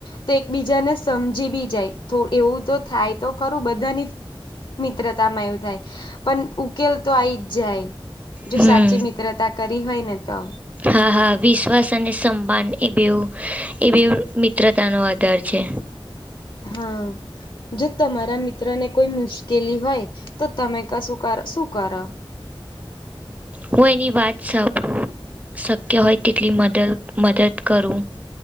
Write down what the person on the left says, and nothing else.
તો એકબીજાને સમજી બી જાય. થોડ એવું તો થાય તો ખરું, બધાની મિત્રતામાં એવું થાય પણ ઉકેલ તો આઈ જ જાય. જો
સાચી મિત્રતા કરી હોય ને તો.
હમ. જો તમારા મિત્રને કોઈ મુશ્કેલી હોય તો તમે કશું કર શું કરો?